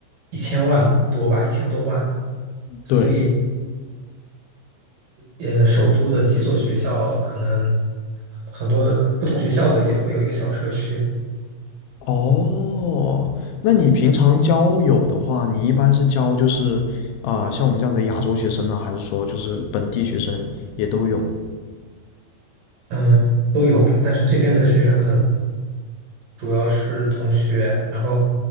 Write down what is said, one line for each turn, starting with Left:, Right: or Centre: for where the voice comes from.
Right: 一千万多吧，一千多万，所以
Left: 对，
Right: 呃，首都的几所学校可能很多不同学校的也会有一个小社区，
Left: 哦，那你平常交友的话，你一般是交就是啊、像我们这样子的亚洲学生呢，还是说就是本地学生也都有，
Right: 嗯，都有吧，但是这边的学生可能。主要是同学，然后